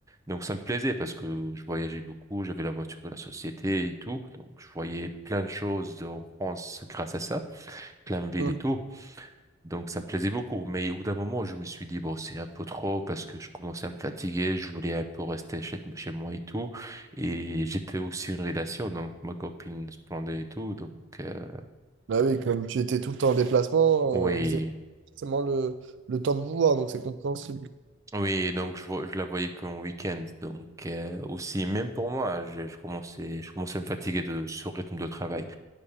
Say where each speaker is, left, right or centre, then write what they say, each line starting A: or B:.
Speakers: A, on the right (about 15°); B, on the right (about 60°).
A: Donc, ça me plaisait parce que je voyageais beaucoup, j'avais la voiture de la société et tout. Donc, je voyais plein de choses en France grâce à ça, plein de villes
B: Hum.
A: et tout. Donc ça me plaisait beaucoup. Mais au bout d'un moment, je me suis dit, bon, c'est un peu trop parce que je commençais à me fatiguer, je voulais un peu rester chez, chez moi et tout. Et j'étais aussi une relation, donc ma copine se plaignait et tout. Donc euh,
B: Bah oui, comme tu étais tout le temps en déplacement,
A: oui.
B: euh, vous avez forcément le, le temps de vous voir, donc c'est compréhensible.
A: Oui, donc je, vo- je la voyais qu'en week-end. Donc euh, aussi, même pour moi, je, je commençais, je commençais à me fatiguer de ce rythme de travail.